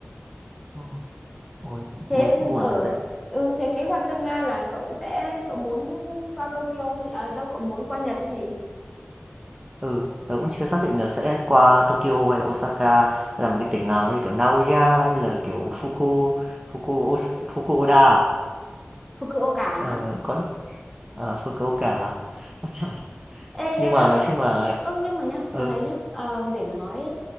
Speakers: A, on the right; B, in the centre.
A: ừ. Ôi,
B: thế
A: nghe cũng buồn
B: ở
A: thật đấy.
B: ừ thế kế hoạch tương lai là cậu sẽ cậu muốn qua Tokyo gì à đâu cậu muốn qua Nhật cái gì
A: Ừ, tớ cũng chưa xác định là sẽ qua Tokyo hay là Osaka hay là một cái tỉnh nào như kiểu Naoya hay là kiểu Fuku Fuku Os- Fukuoka à?
B: Fukuoka
A: ờ,
B: á?
A: có ờ, Fukuoka à? <laughs>
B: ê
A: nhưng
B: hay
A: mà
B: là
A: nói chung là
B: ơ ừ, nhưng mà nhá
A: ừ,
B: tôi thấy nhá ờ, để mà nói